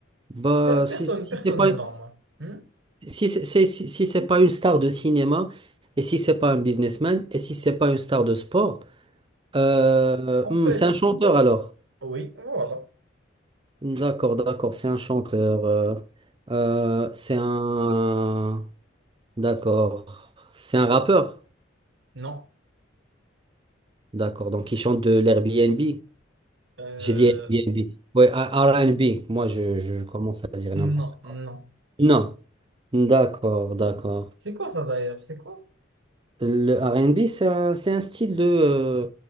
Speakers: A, on the right; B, on the right.
A: Bah,
B: per-
A: si,
B: Personne,
A: si
B: personne
A: c'est pas
B: n'est normal. Hmm
A: Si c'est c'est- si, si c'est pas une star de cinéma, et si c'est pas un businessman, et si c'est pas une star de sport, euh,
B: On
A: hmm,
B: peut
A: c'est
B: être...
A: un chanteur alors.
B: Oui, voilà.
A: D'accord, d'accord, c'est un chanteur. euh, euh, c'est un. D'accord. C'est un rappeur.
B: Non.
A: D'accord, donc il chante de l'Airbnb.
B: Euh,
A: J'ai dit Airbnb. Ouais, R- R&B. Moi, je, je commence à dire n'importe
B: Non,
A: quoi.
B: non.
A: Non. D'accord, d'accord.
B: C'est quoi ça d'ailleurs? C'est quoi?
A: Le R&B, c'est un, c'est un style de... euh,